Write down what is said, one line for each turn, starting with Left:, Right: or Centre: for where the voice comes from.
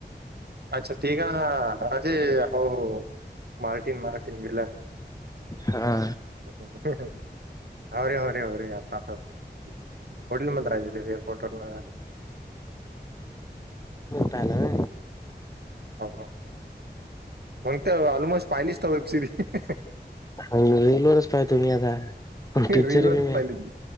Right: अच्छा तीघ अजे अह मार्टीन मार्टीन बला.
Left: हा.
Right: ह ह ह हो रे हो र हो र आ होटेल मंद रा राज देेव एअर्पोर्टवरन
Left: तालं. <unintelligible>
Right: हो मग ते अऑलमोस्ट पाहिलीच त वेब सिरीज.
Left: रीलल वच पाह तु मी आता पिक्चर
Right: रीलवरच
Left: बी म
Right: पाहिली ती.